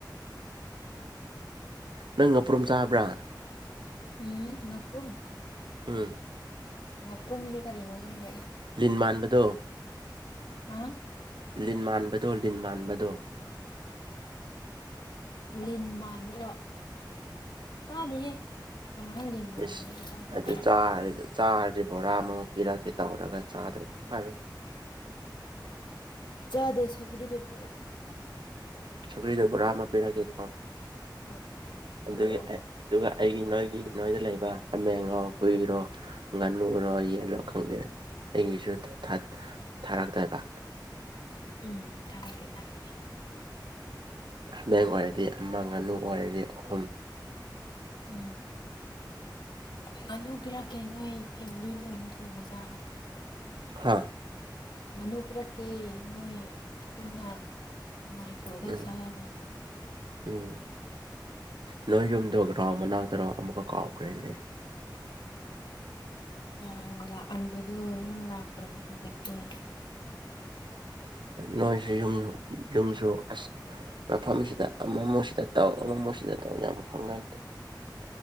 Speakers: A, on the right; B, on the left.
A: ꯅꯪ ꯉꯥꯄ꯭ꯔꯨꯝ ꯆꯥꯕ꯭ꯔꯥ꯫
B: ꯎꯝ ꯉꯥꯄ꯭ꯔꯨꯝ꯫
A: ꯎꯝ꯫
B: ꯉꯥꯄ꯭ꯔꯨꯝꯗꯤ ꯀꯔꯤꯅꯣ꯫ ꯈꯪꯗꯦ
A: ꯂꯤꯟ ꯃꯥꯟꯕꯗꯣ꯫
B: ꯍꯥꯥ꯫
A: ꯂꯤꯟ ꯃꯥꯟꯕꯗꯣ ꯂꯤꯟ ꯃꯥꯟꯕꯗꯣ꯫
B: ꯂꯤꯟ ꯃꯥꯟꯕꯗꯣ ꯆꯥꯗꯦꯍꯦ꯫ ꯀꯃꯥꯏꯅ ꯂꯤꯟ ꯃꯥꯟꯕꯗꯨꯕꯨ
A: ꯑꯁ
B: ꯆꯥꯗꯣꯏꯅꯣ
A: ꯑꯗꯨ ꯆꯥꯔꯗꯤ ꯆꯥꯔꯗꯤ ꯕꫭꯔꯃꯨꯛ ꯄꯤꯔꯛꯀ‌ꯦ ꯫ ꯇꯧꯔꯒ ꯆꯥꯔꯗ꯭ꯔꯥ ꯐꯔꯦ꯫
B: ꯑꯗꫭꯏ ꯁꯧꯒ꯭ꯔꯤꯗꯣ ꯄꯤꯔꯛꯑꯣ꯫
A: ꯁꯧꯀ꯭ꯔꯤꯗꫭ ꯕꫭꯔꯥ ꯑꯃ ꯄꯤꯔꯒꯦꯀꯣ
B: ꯍꯣꯏ
A: ꯑꯗꯨꯒꯤ
B: ꯄꯤꯔꯛꯑꯣ
A: ꯑꯗꯨꯒ ꯑꯩꯒꯤ ꯅꯣꯏꯒꯤ꯫ ꯅꯣꯏꯗ ꯂꯩꯕ ꯍꯥꯃꯦꯔꯣ ꯍꯨꯏꯔꯣ ꯉꯥꯅꯨꯔꯣ ꯌꯦꯟꯂꯣ ꯈꯪꯗꯦ ꯑꯩꯒꯤꯁꯨ꯫ ꯊꯥ ꯊꯥꯔꯛꯇꯕ꯫
B: ꯎꯝ ꯊꯥꯔꯛꯀꯦ ꯊꯥꯔꯛꯀꯦ꯫
A: ꯍꯥꯃꯦꯡ ꯑꯣꯏꯔꯗꯤ ꯑꯃ ꯉꯥꯅꯨ ꯑꯣꯏꯔꯗꯤ ꯑꯍꯨꯝ꯫
B: ꯎꯝ꯫ ꯉꯥꯅꯨ ꯄꯤꯔꯛꯀꯦ ꯅꯣꯏ ꯐꯦꯃꯤꯂꯤ ꯂꯣꯏꯟ ꯊꯣꯡꯉꯆꯥꯔꯣ꯫
A: ꯍꯥꯥ꯫
B: ꯉꯥꯅꯨ ꯄꯤꯔꯛꯀꯦ ꯅꯣꯏ ꯄꯨꯟꯅ꯫ ꯅꯨꯡꯉꯥꯏꯊꫭꯛ ꯑꯒ
A: ꯎꯝ
B: ꯁꯥꯔꫭ꯫
A: ꯎꯝ ꯅꯣꯏ ꯌꯨꯝꯗ ꯒ꯭ꯔꯥꯎꯟ ꯃꯅꯥꯛꯇꯔꫭ ꯑꯃꯨꯛꯀ ꯀꯥꯎꯈ꯭ꯔꯦꯅꯦ꯫
B: ꯅꯍꯥꯟ ꯂꯥꯛꯑꯝꯕꯗꫭ ꯅꯪ ꯂꯥꯛꯇ꯭ꯔꯕꯗꯨꯗꯒꯤ꯫
A: ꯅꯣꯏꯁꯨ ꯌꯨꯝ ꯌꯨꯝꯁꯨ ꯑꯁ꯫ ꯃꯐꯝꯁꯤꯗ ꯑꯃꯃꫭꯛꯁꯤꯗ ꯇꯥꯎ ꯑꯃꯃꫭꯛꯁꯤꯗ ꯇꯧ ꯌꯥꯝ ꯍꯣꯡꯒꯜꯂ‌ꯦ꯫